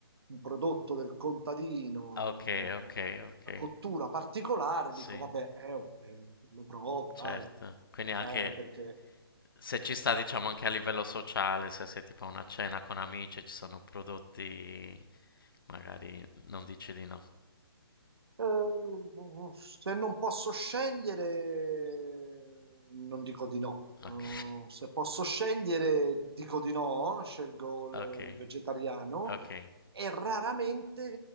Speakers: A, on the right (about 75°); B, on the left (about 60°).
A: un prodotto del contadino,
B: Ok, ok,
A: eh,
B: ok.
A: una cottura particolare,
B: Sì,
A: dico, vabbè, eh, oh, eh, lo provo,
B: certo.
A: dai.
B: Quindi anche
A: Eh, perché
B: se ci sta, diciamo, anche a livello sociale, se sei tipo a una cena con amici, ci sono prodotti, magari non dici di no.
A: Eh, se non posso scegliere, non dico di no. Eh,
B: Ok,
A: se posso scegliere, dico di no, scelgo il,
B: <laughs> ok,
A: il vegetariano
B: ok.
A: e raramente,